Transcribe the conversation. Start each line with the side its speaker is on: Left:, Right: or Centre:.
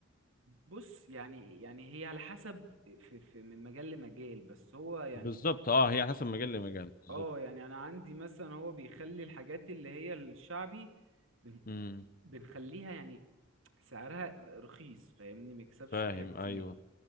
Right: بص يعني يعني هي على حسب في في من مجال لمجال بس هو يعني
Left: بالظبط اه هي حسب مجال لمجال بالظبط
Right: اه يعني انا عندي مثلا هو بيخلي الحاجات اللي هي الشعبي بن-
Left: امم
Right: بنخليها يعني سعرها رخيص فاهمني ميكسبش
Left: فاهم
Right: فيها كتير
Left: ايوه